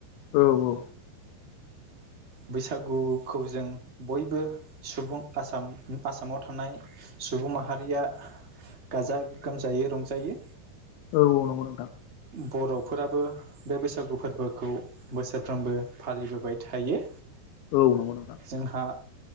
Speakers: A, on the left; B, on the right.
A: औ औ।
B: बैस बसागुखौ जों बयबो सुबुं आसाम आसामाव थानाय सुबुं माहारिया गाजा गोमजायै रंजायो।
A: औ औ नंगौ नोंथां
B: बर'फोराबो बे बैसागु फोरबोखौ बोसोरफ्रोमबो फालिबोबाय थायो।
A: औ नंगौ नोंथां।
B: जोंहा